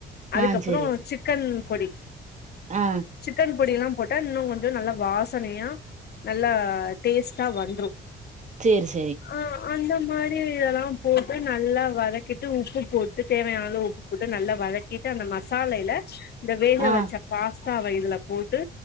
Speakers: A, on the left; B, on the right.
A: அதுக்கப்புறம்
B: ஆ சரி
A: சிக்கன் பொடி.
B: ஆ
A: சிக்கன் பொடியெல்லா போட்டா இன்னும்ங் கொஞ் இன்னு நல்லா வாசனையா. நல்லா டேஸ்ட். தா வந்தரும்
B: சேரி ச
A: ஆஹ் அந்த மாரி இதெல்லாம் போட்டு நல்லா வதக்கிட்டு உப்பு போட்டு தேவையான அளவு உப்பு போட்டு நல்லா வதக்கிட்டு அந்த மசாலையில இந்த வேக
B: ஆ
A: வெச்ச பாஸ்தாவ இதுல போட்டு